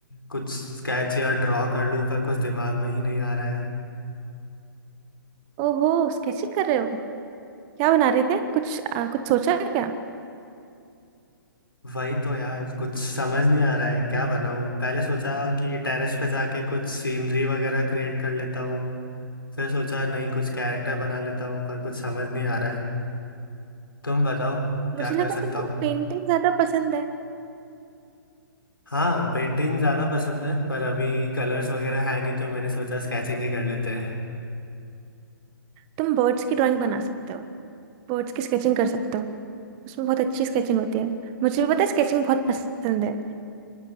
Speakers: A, on the left; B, on the right.
A: कुछ स्केच या ड्रॉ कर लूँ पर कुछ दिमाग में ही नहीं आ रहा है
B: ओहो स्केचिंग कर रहे हो क्या बना रहे थे कुछ आ, कुछ सोचा है क्या
A: वही तो यार कुछ समझ नहीं आ रहा है क्या बनाऊँ पहले सोचा कि टेरेस पे जाके कुछ सीनरी वगैरह क्रिएट कर लेता हूँ फिर सोचा नहीं कुछ कैरेक्टर बना लेता हूँ पर कुछ समझ नहीं आ रहा है तुम बताओ
B: मुझे
A: क्या
B: लगा
A: कर सकता
B: तुम्हें
A: हूँ
B: पेंटिंग ज्यादा पसंद है
A: हाँ पेंटिंग ज़्यादा पसंद है पर अभी कलर्स वगैरह है नहीं तो मैंने सोचा स्केचिंग ही कर लेते हैं
B: तुम बर्ड्स की ड्राइंग बना सकते हो बर्ड्स की स्केचिंग कर सकते हो उसमें बहुत अच्छी स्केचिंग होती है मुझे भी पता है स्केचिंग बहुत पसंद है